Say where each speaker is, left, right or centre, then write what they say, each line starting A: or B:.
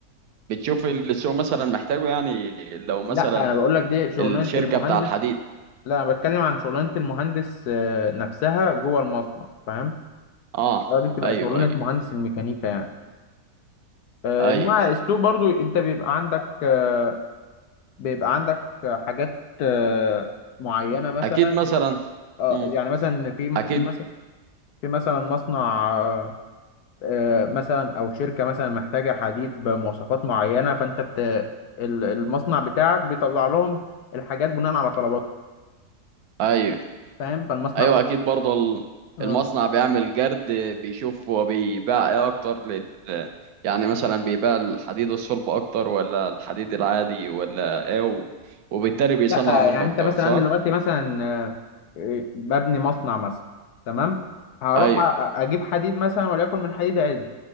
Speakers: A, on the right; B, on the left.
A: بتشوف اللي السوق مثلا محتاجه يعني لو مثلا
B: لا انا بقول لك دي شغلانه
A: الشركه
B: المهندس
A: بتاع الحديد
B: لا انا بتكلم عن شغلانه المهندس آه، نفسها جوه المصنع فاهم
A: اه
B: هو دي بتبقى
A: ايوه
B: شغلانه
A: ايوه
B: مهندس الميكانيكا يعني آه،
A: ايوه
B: انما السوق برضو انت بيبقى عندك آه، بيبقى عندك آه، حاجات آه، معينه مثلا
A: اكيد مثلا
B: اه
A: مم.
B: يعني مثلا في م-
A: اكيد
B: في مثلا في مثلا مصنع آه، آه، مثلا او شركه مثلا محتاجه حديد بمواصفات معينه فانت بت... ال- المصنع بتاعك بيطلع لهم الحاجات بناء على طلباتهم
A: ايوه
B: فاهم فالمصنع
A: ايوه اكيد برضه ال-
B: برضو
A: المصنع بيعمل جرد بيشوف هو بيباع ايه اكتر لل يعني مثلا بيباع الحديد الصلب اكتر ولا الحديد العادي ولا ايه و... وبالتالي بيصنع
B: لا
A: منه
B: يعني انت
A: اكتر
B: مثلا
A: صح؟
B: انا دلوقتي مثلا آه، آه، ببني مصنع مثلا تمام هروح
A: ايوه
B: أ- أ- اجيب حديد مثلا وليكن من حديد عز